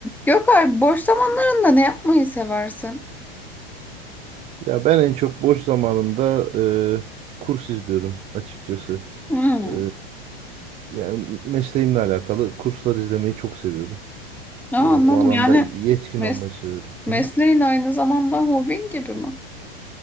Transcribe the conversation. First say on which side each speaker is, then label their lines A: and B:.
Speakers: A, in the centre; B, on the right (about 20°).
A: Yok abi boş zamanlarında ne yapmayı seversin?
B: Ya ben en çok boş zamanımda e, kurs izliyorum açıkçası.
A: Hmm.
B: E, yani mesleğimle alakalı kurslar izlemeyi çok seviyorum.
A: Ne anladım
B: E, bu alanda
A: yani
B: yetkin
A: mes
B: olmayı seviyorum.
A: mesleğin
B: Hı hı.
A: aynı zamanda hobin gibi mi?